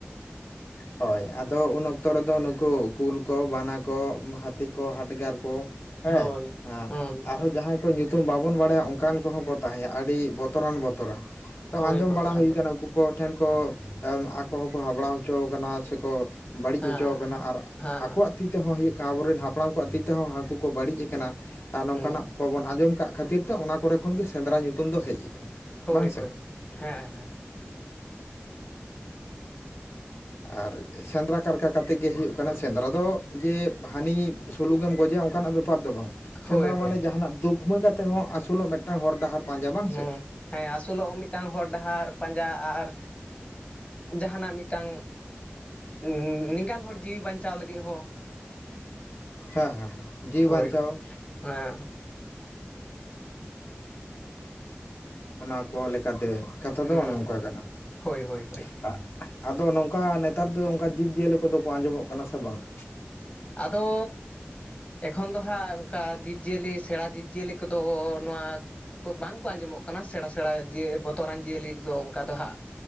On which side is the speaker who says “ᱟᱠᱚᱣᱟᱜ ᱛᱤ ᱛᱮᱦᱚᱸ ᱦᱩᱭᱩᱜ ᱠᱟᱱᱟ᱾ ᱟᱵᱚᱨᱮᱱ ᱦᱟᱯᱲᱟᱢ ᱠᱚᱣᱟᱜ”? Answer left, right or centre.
Left